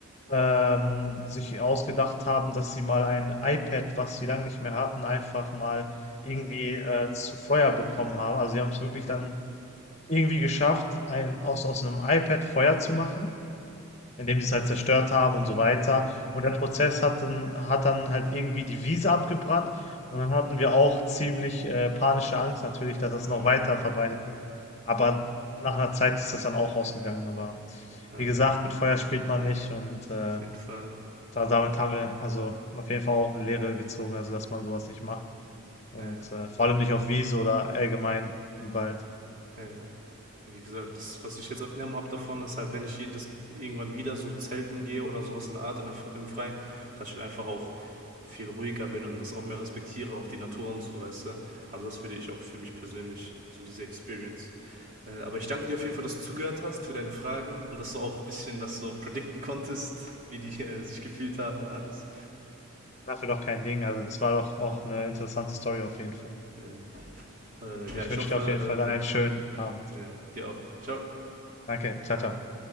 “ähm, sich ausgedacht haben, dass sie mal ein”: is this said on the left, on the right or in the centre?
Left